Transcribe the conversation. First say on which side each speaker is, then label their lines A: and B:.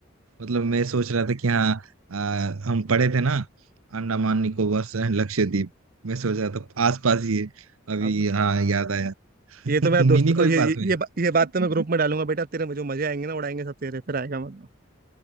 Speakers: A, on the right; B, on the right.
A: मतलब मैं सोच रहा था कि हाँ अ, हम पढ़े थे ना अंडमान निकोबार से लक्षद्वीप मैं सोच रहा था आस पास ही है अभी
B: अब
A: हाँ याद आया <laughs>
B: ये तो मैं दोस्त
A: मिनी
B: अब
A: कोई
B: ये
A: पास
B: ये
A: में है।
B: ये बा- ये बात तो मैं ग्रुप
A: <laughs>
B: में डालूंगा बेटा तेरे में जो मजे आएंगे ना उड़ाएंगे सब तेरे फिर आएगा मजा